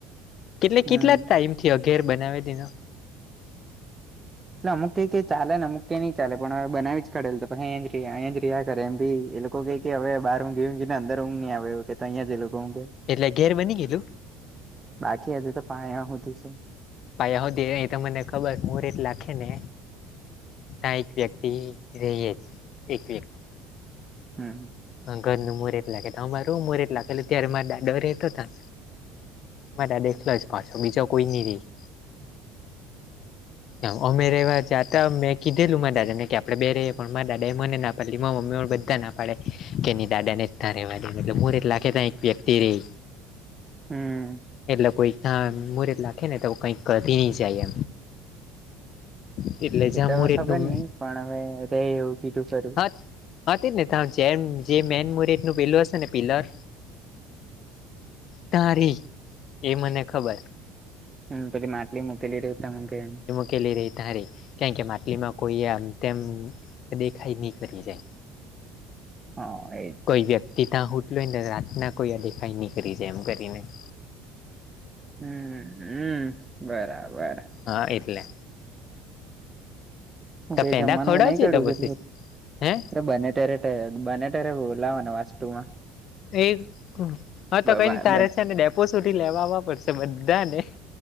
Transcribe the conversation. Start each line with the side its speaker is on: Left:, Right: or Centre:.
Left: કેટલે
Right: હમ
Left: કેટલા ટાઈમથી અઘેર બનાવી દીનો?
Right: એટલે અમુક કઈ ક ચાલે ને અમુ ક નઈ ચલે હ બનાવી જ કરડેલ તોછ એ એ રિયા કરે એમ ભી એ લોકો ક કે હવે બાર હું ગયું કે ને અંદર હું ની આવે એલે તો અહીંયા જ એ લોકો હુંગે.
Left: એટલે ઘેર બની ગયેલું?
Right: બાકી હતી તો પાણી હોતી.
Left: પાયા હુદિ રે એ તો મને ખબર મુરત લાખે ને તા એક વ્યક્તિ રેઅજ એક વ્યક
Right: હમ.
Left: અ ધર નુ મુરટ લાખે તો, અમારુ હો મુરટ લાખેલુ ત્યારે માર દાદો રેતો તા માર દાદો એખલો જ પાછો બીજો કોઈ ની રેય <unintelligible> અમે રેવા જાતા મેં કીધેલું માર દાદાને કે આપળે બે રેએ પણ માર દાદા એ મને ના પરલી માર મમ્મી વન બધાં ના પાળે કેની દાદા નેજ તા રેવા દે એટલે મુરટ લાખે તા એક વ્યક્તિ રેય
Right: હમ
Left: એટલે કોઈ તા મુરત લાખે ને તા આવું કઈક કરી ની જાય એમ એટલે જ્યાં
Right: એ તો
Left: મુરત
Right: ખબર
Left: નું
Right: ની પણ અવે જએ એવું કીધું ખરું
Left: હા હા તેજ ને તા જેમ જે મેન મુરેત નું પેલું અશે ને પિલર તા રે એ મને ખબર.
Right: હમ્મ, પેલી માટલી મુકેલી રેય તા ઉંઘે એમ.
Left: કેલી રેય તા રેય કેમ કે માટલીમાં કોઈએ આમ તેમ દેખાય ની કરી જાય.
Right: હા એ જ.
Left: કોઈ વ્યક્તિ ત્યાં હુંટલુ ઓય તો રાતના કોઈ અ દેખાય ની કરી જાય એમ કરીને.
Right: હમ્મ અમ્મ બરાબર.
Left: હા એટલે.
Right: હું
Left: તો
Right: કેય
Left: પેંડા
Right: જંમાનુ
Left: ખવડાવજે
Right: બનાય ક્યાળુ
Left: તો પછી
Right: કે રસ,
Left: હે
Right: બને ત્યારે એ બને તેરે બોલાવાના વાસ્તુ માં.
Left: એવ હમ હા તો કઈ
Right: બ
Left: ની તારે છે ને ડેપો સુધી લેવા આવા પડશે બધા ને.